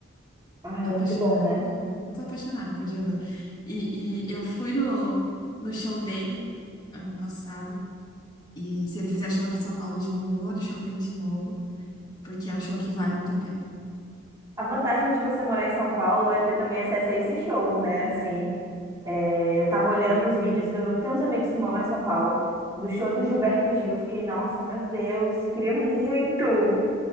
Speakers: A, on the right (about 15°); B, on the left (about 20°).
A: Ah,
B: Apaixonada.
A: é muito bom, né?
B: Eu tô apaixonada por Djavan. E, e eu fui no, no show dele ano passado. E se ele fizer show aqui em São Paulo de novo, eu vou no show dele de novo. porque é um show que vale muito a pena.
A: A vantagem de você morar em São Paulo é ter também acesso a esses shows, né? Assim, é, eu tava olhando os vídeos do. Tem uns amigos que moram em São Paulo, do show do Gilberto Gil. Eu Fiquei, nossa, meu Deus, queria muito.